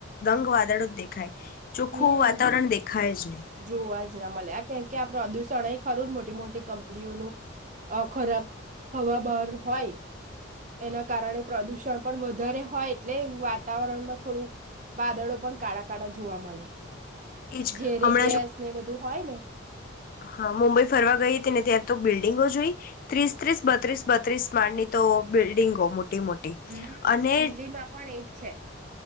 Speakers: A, on the left; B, on the right.
A: દંગ વાદળો જ દેખાય ચોખ્ખું
B: હમ
A: વાતાવરણ દેખાય જ નહી
B: જોવા જ ના મળે આ કેમ કે આ પ્રદુષણ એ ખરું મોટી મોટી કંપનીઓનું ખરાબ હવા બહાર હોય એના કારણે પ્રદુષણ પણ વધારે હોય એટલે વાતાવરણમાં થોડું વાદળો પણ કાળા કાળા જોવા મળે
A: એ જ
B: ઝેરી
A: હણા
B: ગેસ ને એ બધું હોય ને
A: હા મુુંબઈ ફરવા ગઇને ત્યાં તો બિલ્ડિંગો જોઈ ત્રીસ ત્રીસ બત્રીસ બત્રીસ માળની તો બ બિલ્ડીંગો મોટી મોટી
B: હમ
A: અને
B: દિલ્હીમાં પણ એજ છે